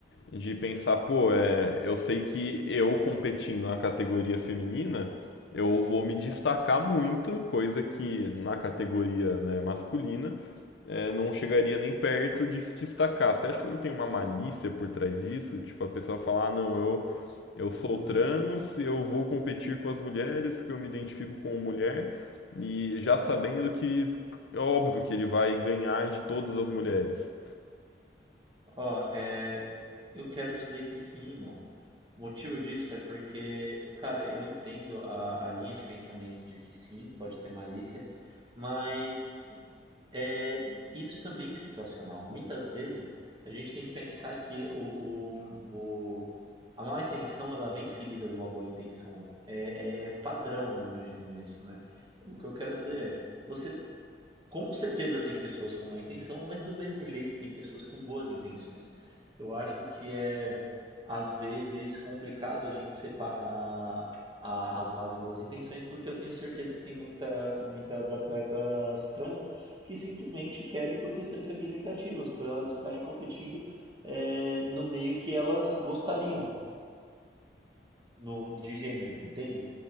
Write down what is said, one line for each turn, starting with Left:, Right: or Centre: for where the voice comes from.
Left: de pensar, pô, é, eu sei que eu competindo na categoria feminina, eu vou me destacar muito, coisa que na categoria, né, masculina é, não chegaria nem perto de se destacar. Você acha que não tem uma malícia por trás disso? Tipo, a pessoa falar, ah, não, eu, eu sou
Right: Hum,
Left: trans, eu vou competir com as mulheres porque eu me identifico como mulher, e já sabendo que é óbvio que ele vai ganhar de todas as mulheres.
Right: ó, é, eu quero dizer que sim e não. O motivo disso é porque, cara, eu entendo a, a linha de pensamento de que sim, pode ter malícia, mas é, isso também é situacional. Muitas vezes a gente tem que pensar que o, o, o- a má intenção ela vem seguida de uma boa intenção. É, é padrão, eu imagino isso, né? O que eu quero dizer é, você com certeza tem pessoas com má intenção, mas do mesmo jeito tem pessoas com boas intenções. Eu acho que é, às vezes, complicado a gente separar a- as más e boas intenções, porque eu tenho certeza que tem muita, muitas atletas trans que simplesmente querem por questões representativas, por elas estarem competindo, eh, no meio que elas gostariam no, de gênero, entende?